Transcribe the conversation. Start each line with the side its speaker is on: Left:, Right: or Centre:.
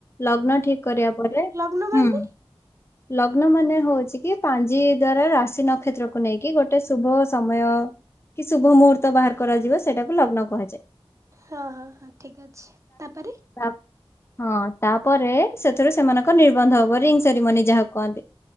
Left: ଲଗ୍ନ ଠିକ କରିବା ପରେ
Right: ଲଗ୍ନ ମାନେ
Left: ହୁଁ। ଲଗ୍ନ ମାନେ ହଉଛି କି ପାଞ୍ଜି ଦ୍ଵାରା ରାଶି ନକ୍ଷେତ୍ରକୁୁ ନେଇକି ଗୋଟେ ଶୁଭ ସମୟ। କି ଶୁଭ ମୁହୂର୍ତ୍ତ ବାହାର କରାଯିବ ସେଟାକୁ ଲଗ୍ନ କୁହାଯାଏ।
Right: ହଁ ହଁ ହଁ ଠିକ ଅଛି ତାପରେ?
Left: ତାପ ହଁ ତାପରେ ସେଥିରୁ ସେମାନଙ୍କ ନିର୍ବନ୍ଧ ହବ ରିଙ୍ଗ ସେରିମନି ଯାହା କହନ୍ତି।